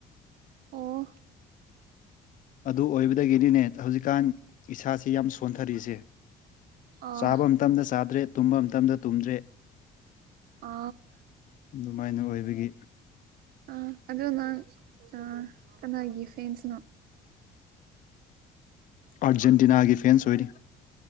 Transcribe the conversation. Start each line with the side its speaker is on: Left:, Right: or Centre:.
Right: ꯑꯣ
Left: ꯑꯗꯨ ꯑꯣꯏꯕꯗꯒꯤꯅꯤꯅꯦ ꯍꯧꯖꯤꯛꯀꯥꯟ ꯏꯁꯥꯁ ꯌꯥꯝ ꯁꯣꯟꯊꯔꯤꯁꯦ
Right: ꯑꯥ
Left: ꯆꯥꯕ ꯃꯇꯝꯗ ꯆꯥꯗ꯭ꯔꯦ ꯇꯨꯝꯕ ꯃꯇꯝꯗ ꯇꯨꯝꯗ꯭ꯔꯦ
Right: ꯑ
Left: ꯑꯗꯨꯃꯥꯏꯅ ꯑꯣꯏꯕꯒꯤ
Right: ꯑ ꯑꯗꯣ ꯅꯪ ꯑ ꯀꯅꯥꯒꯤ ꯐꯦꯟꯁꯅꯣ
Left: ꯑꯔꯖꯦꯟꯇꯤꯅꯥ ꯍꯥꯏꯒ ꯐꯦꯟꯁ ꯑꯣꯏꯅꯤ